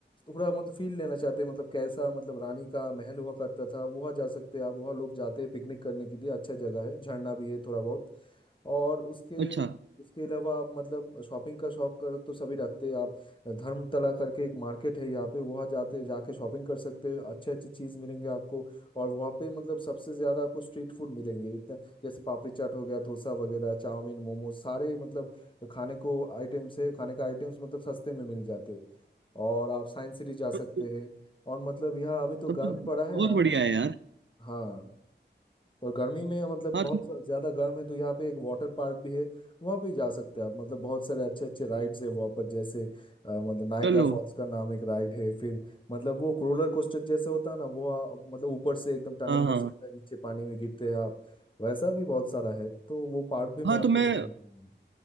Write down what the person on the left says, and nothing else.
थोड़ा मतलब फील लेना चाहते हैं मतलब कैसा मतलब रानी का महल हुआ करता था वहाँ जा सकते हैं आप वहाँ लोग जाते हैं पिकनिक करने के लिए अच्छा जगह है झरना भी है थोड़ा बहुत और उसके
उसके अलावा आप मतलब शॉपिंग का शौक कर तो सभी रखते हैं आप धर्मतला करके एक मार्केट है यहाँ पे वहाँ जाते जाके शॉपिंग कर सकते हो अच्छे अच्छे चीज़ मिलेंगे आपको और वहाँ पे मतलब सबसे ज़्यादा आपको स्ट्रीट फूड मिलेंगे इतना जैसे पापड़ी चाट हो गया डोसा वगैरह चाउमीन मोमोज सारे मतलब खाने को आइटम्स है खाने का आइटम्स मतलब सस्ते में मिल जाते हैं और आप साइंस सिटी जा सकते
हैं और मतलब यहाँ अभी तो
गर्म
पड़ा है
ना
हाँ और गर्मी में मतलब
बहुत
सा- ज्यादा गर्म है तो यहाँ पे एक वाटर पार्क भी है वहाँ पे भी जा सकते हैं आप मतलब बहुत सारे अच्छे अच्छे राइड्स है वहाँ पर जैसे अ, मतलब नायग्रा
फॉल्स का नाम एक राइड है फिर मतलब वो रोलर कोस्टर जैसे होता है ना वो आ, मतलब ऊपर से एकदम टनल
जैसे
होता है नीचे पानी में गिरते हैं आप वैसा भी बहुत सारा है तो वो पार्क भी मैं
आपको
रिकमेंड करूंगा